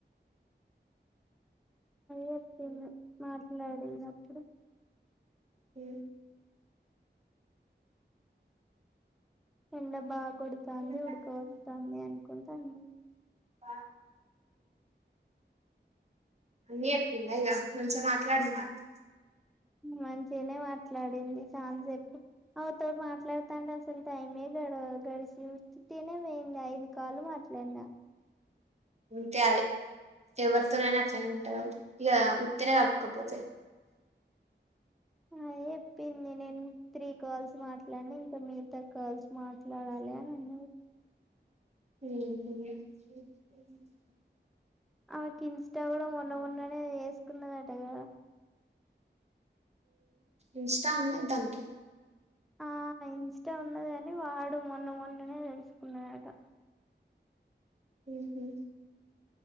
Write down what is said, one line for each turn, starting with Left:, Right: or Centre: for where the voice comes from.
Centre: ఏప్పంది మాట్లాడింది అప్పుడు
Right: అ
Centre: ఎండ బాగా కొడుతుంది
Right: ఉహు
Centre: ఉడక వతుంది అనుకుంటాను
Right: ప అన్నీ చెప్పింది ఇక కొంచెం మాట్లాడివారు
Centre: మంచిగానే మాట్లాడింది ఛాన్స్ ఎప్పుడు అ తోడు మాట్లాడుతాంటే అసలు టైమే గ గడిచస్త తనే పోయింది ఐదు కాలు మా న్న
Right: ఉంతే అది ఎవరితోనైనా అట్నే ఉంటారా ఇక వత్తేనే కలకపోతాయి
Centre: ఆ చెప్పింది నేను త్రీ కాల్స్ మాట్లాడిన ఇంకా మీిగతా కాల్స్ మాట్లాడాలి అని అ
Right: హ
Centre: ఆమెకి ఇన్స్టా కూడా మొన్న మొన్ననే వేసుకున్నందటగా
Right: ఇన్స్టా ఉన్నా దానికి
Centre: ఆ ఇస్ ఉన్నది కాని వాడు మొన్న మొన్ననే తెలుసుకున్నాడట
Right: హ